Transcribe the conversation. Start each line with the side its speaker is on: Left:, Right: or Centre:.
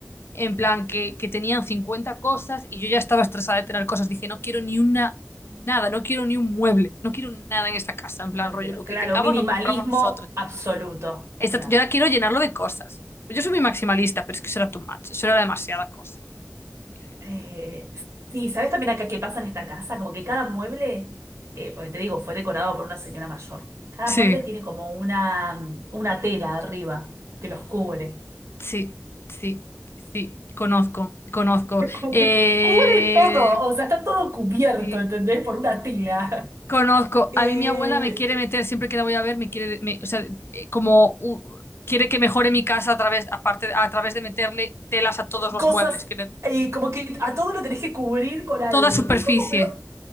Left: en
Right: Claro.
Left: plan que, que tenían 50 cosas y yo ya estaba estresada de tener cosas. Dije, no quiero ni una, nada, no quiero ni un mueble, no quiero nada en esta casa. En
Right: No
Left: plan, rollo,
Right: quiero.
Left: lo
Right: Claro,
Left: que tengamos
Right: minimalismo
Left: lo compramos nosotros.
Right: absoluto.
Left: Esta-
Right: Claro.
Left: yo ahora quiero llenarlo de cosas. Yo soy muy maximalista, pero es que eso era too much, eso era demasiada cosa. Entonces dije no.
Right: Eh, sí, ¿sabes también acá qué pasa en esta casa? Como que cada mueble, eh, porque te digo, fue decorado por una señora mayor. Cada
Left: Sí,
Right: mueble tiene como una, una tela arriba que los cubre. <laughs>
Left: sí, sí, sí, conozco, conozco.
Right: Como
Left: Eh,
Right: que cubre todo, o sea, está todo cubierto,
Left: sí,
Right: ¿entendés? Por una tela.
Left: conozco.
Right: Eh,
Left: A mí mi abuela me quiere meter, siempre que la voy a ver, me quiere, me- o sea, eh, como un- quiere que mejore mi casa a través, aparte, a través de meterle telas a todos los
Right: cosas,
Left: muebles, que
Right: eh, como que a todo lo tenés que cubrir con algo.
Left: toda superficie.
Right: Y es como, pero